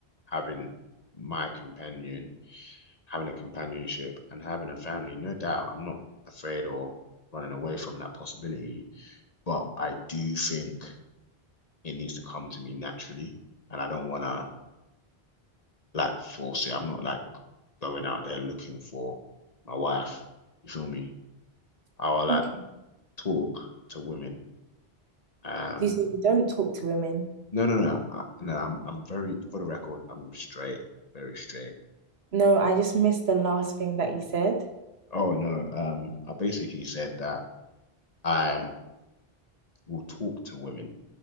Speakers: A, on the left; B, on the right.
A: having my companion having a companionship and having a family, no doubt. I'm not afraid or running away from that possibility, but I do think it needs to come to me naturally. And I don't want to like force it. I'm not like going out there looking for my wife. You feel me? I will like
B: Okay.
A: talk to women. Um,
B: You say you don't talk to women.
A: no, no, no, I, no. I'm, I'm very, for the record, I'm straight, very straight.
B: No, I just missed the last thing that you said.
A: Oh no, um, I basically said that I will talk to women.